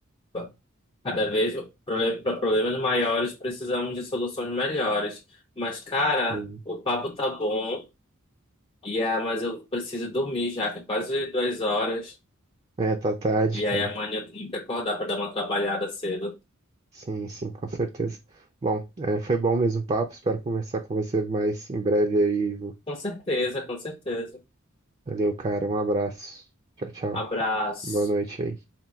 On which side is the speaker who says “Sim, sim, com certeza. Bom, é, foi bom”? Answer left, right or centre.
Right